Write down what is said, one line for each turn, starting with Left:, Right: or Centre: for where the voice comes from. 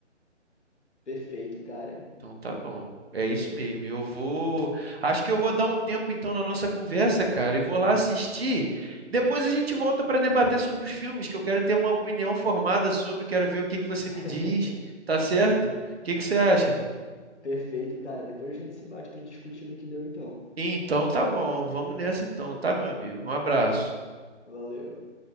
Left: Perfeito, cara.
Right: Então tá bom. É isso mesmo. Eu vou. Acho que eu vou dar um tempo então na nossa conversa, cara, e vou lá assistir. Depois a gente volta para debater sobre os filmes, que eu quero ter uma opinião formada sobre, quero ver o que que você
Left: <laughs>
Right: me diz, tá certo? O que que você acha?
Left: Perfeito, cara. Depois a gente se bate para discutir no que deu então.
Right: Então tá bom, vamos nessa então, tá, meu amigo? Um abraço.
Left: Valeu.